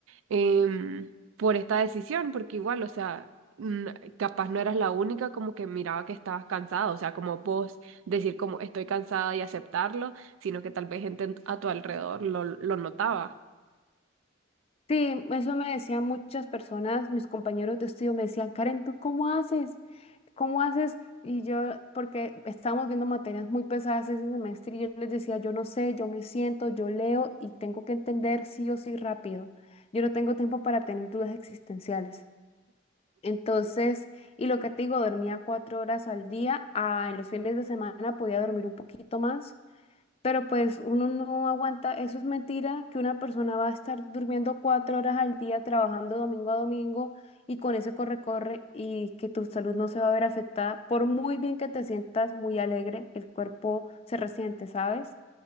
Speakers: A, on the right; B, on the left.
A: em, por esta decisión, porque igual, o sea, n- capaz no eras la única como que miraba que estabas cansada, o sea, como vos decir como estoy cansada y aceptarlo, sino que tal vez gente en- a tu alrededor lo, lo notaba.
B: Sí, eso me decían muchas personas, mis compañeros de estudio me decían, Karen, ¿tú cómo haces? ¿Cómo haces? Y yo, porque estábamos viendo materias muy pesadas ese semestre y yo les decía, yo no sé, yo me siento, yo leo y tengo que entender sí o sí rápido. Yo no tengo tiempo para tener dudas existenciales. Entonces, y lo que te digo, dormía cuatro horas al día. Ah, en los fines de semana podía dormir un poquito más, pero pues uno no aguanta. Eso es mentira, que una persona va a estar durmiendo cuatro horas al día, trabajando domingo a domingo y con ese corre-corre y que tu salud no se va a ver afectada. Por muy bien que te sientas muy alegre, el cuerpo se resiente, ¿sabes?